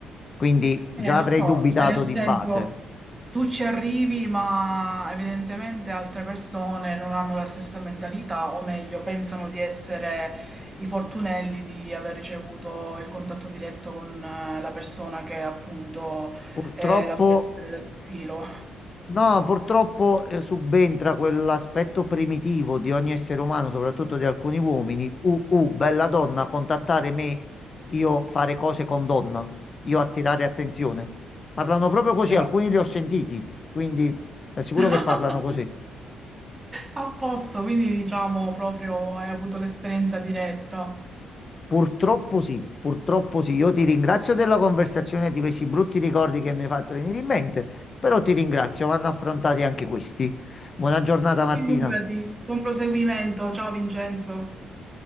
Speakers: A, on the left (about 35°); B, on the right (about 20°).
A: Quindi già
B: Eh, lo
A: avrei
B: so,
A: dubitato
B: cioè nel
A: di
B: senso,
A: base.
B: tu ci arrivi, ma evidentemente altre persone non hanno la stessa mentalità, o meglio, pensano di essere i fortunelli di aver ricevuto il contatto diretto con eh, la persona che appunto
A: Purtroppo
B: è la proprietaria del profilo.
A: No, purtroppo eh, subentra quell'aspetto primitivo di ogni essere umano, soprattutto di alcuni uomini. Uh, uh, bella donna, contattare me, io fare cose con donna, io attirare attenzione. Parlano proprio così,
B: Esatto.
A: alcuni li ho sentiti, quindi ti assicuro
B: <laughs>
A: che parlano così.
B: A posto, quindi diciamo proprio hai avuto l'esperienza diretta.
A: Purtroppo sì, purtroppo sì. Io ti ringrazio della conversazione e di questi brutti ricordi che mi hai fatto venire in mente, però ti ringrazio, vanno affrontati anche questi. Buona giornata, Martina.
B: Figurati, buon proseguimento, ciao Vincenzo.